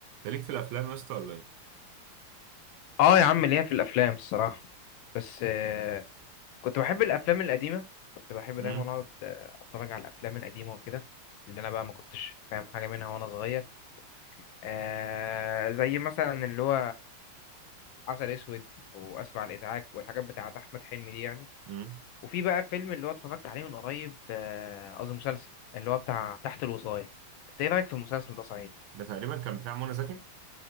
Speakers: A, on the right; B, on the left.
A: انت ليك في الافلام يا اسطى ولا ايه
B: اه يا عم ليا في الافلام الصراحه بس آه، كنت بحب الافلام القديمه كنت بحب
A: امم
B: دايما اقعد آه، اتفرج على الافلام القديمه وكده اللي انا بقى ما كنتش فاهم حاجه منها وانا صغير آه زي مثلا اللي هو عسل اسود واسف على الازعاج والحاجات بتاعه احمد حلمي دي يعني
A: امم
B: وفي بقى فيلم اللي هو اتفرجت عليه من قريب آه، قصدي مسلسل اللي هو بتاع تحت الوصايه انت ايه رايك في المسلسل ده صحيح
A: ده تقريبا كان بتاع منى زكي